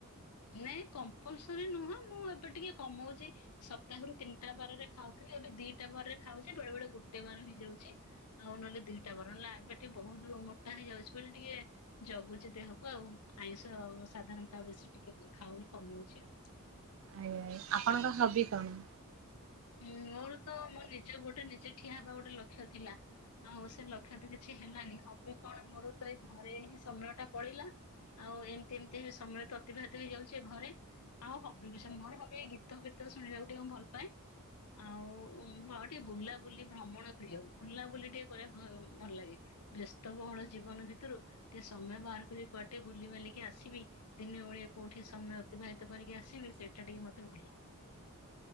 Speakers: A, on the left; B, on the right.
A: ନାଇଁ କମ୍ପଲସରୀ ନୁହଁ, ମୁଁ ଏବେ ଟିକେ କମଉଚି ସପ୍ତାହରୁ ତିନିଟା ବାର ରେ ଖାଉଥିଲି, ଏବେ ଦିଟା ବାରରେ ଖାଉଚି, ବେଳେ ବେଳେ ଗୋଟେ ବାର ହେଇଯାଉଚି। ଆଉ ନଲେ ଦିଟା ବାର ହେଲା, ଏବେ ଟିକେ ବୋହୁତ୍ ମୋଟା ହେଇଯାଉଚି ବୋଲି ଟିକେ ଜଗୁଚି ଦେହକୁ ଆଉ, ଆଇଁଷ ସାଧାରଣତଃ ବେଶୀ ଟିକେ ଖାଉନି କମଉଚି ଆଉ
B: ଆଜ୍ଞା ଆଜ୍ଞା, ଆପଣଙ୍କ ହବି କଣ?
A: ଉଁ ମୋର ତ, ମୋ ନିଜ ଗୋଡରେ ନିଜେ ଠିଆ ହବା ଗୋଟେ ଲକ୍ଷ୍ୟ ଥିଲା ଆଉ ସେ ଲକ୍ଷ୍ୟ ତ କିଛି ହେଲାନି, ହବି କଣ, ମୋର ତ ଏଇ ଘରେ ହିଁ ସମୟ ଟା ପଳେଇଲା ଆଉ ଏମତି ଏମିତି ରେ ସମୟ ତ ଅତିବାହିତ ହେଇଯାଉଚି ଏ ଘରେ ଆଉ ହବି ବିଷ, ମୋର ହବି ଏଇ ଗୀତ ଫିତ ଶୁଣିବାକୁ ଟିକେ ମୁଁ ଭଲ ପାଏ। ଆଉ ହଁ ଟିକେ ବୁଲାବୁଲି ଭ୍ରମଣ ପ୍ରିୟ, ବୁଲାବୁଲି ଟିକେ କରିବାକୁ ଭ ଭଲ ଲାଗେ। ବେସ୍ତବହୁଳ ଜୀବନ ଭିତରୁ, ଟିକେ ସମୟ ବାହାର କରି କୁଆଡେ ଟିକେ ବୁଲି ବାଲିକି ଆସିବି ଦିନେ ଓଳିଏ କୋଉଠି ସମୟ ଅତିବାହିତ କରିକି ଆସିବି, ସେଇଟା ଟିକେ ମତେ ଭଲ।